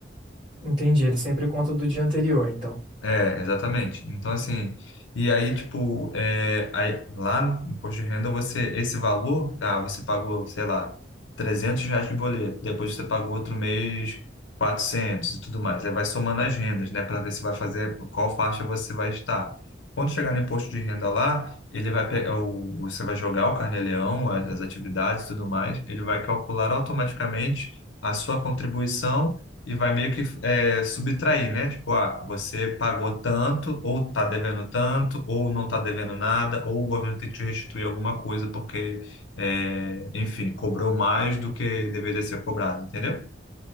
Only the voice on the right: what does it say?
Entendi, ele sempre conta do dia anterior, então.